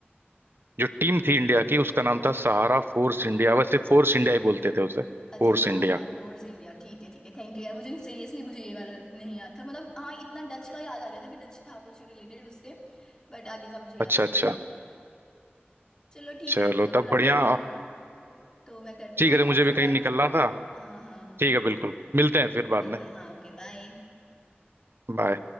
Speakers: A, on the right (about 65°); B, on the left (about 20°).
A: जो टीम थी इंडिया की उसका नाम था सहारा फोर्स इंडिया वैसे फोर्स इंडिया ही बोलते थे उसे फोर्स
B: अच्छा सहारा
A: इंडिया
B: फोर्स इंडिया ठीक है ठीक है थैंक यू यार मुझे सीरियसली मुझे ये वाला नहीं याद था मतलब हाँ इतना डच का याद आ गया था कि डच था कुछ रिलेटेड उससे बट आगे का मुझे याद
A: अच्छा
B: नहीं
A: अच्छा
B: आ रहा चलो ठीक
A: चलो
B: है ना मुझे
A: तब
B: थोड़ा
A: बढ़िया
B: कहीं जाना है तो मैं करती
A: ठीक
B: हूँ अभी
A: है अरे मुझे
B: आपसे
A: भी कहीं
B: बात
A: निकलना था
B: हाँ हाँ हाँ
A: ठीक है बिल्कुल मिलते हैं फिर बाद
B: ठीक
A: में
B: है हाँ ओके बाय
A: बाय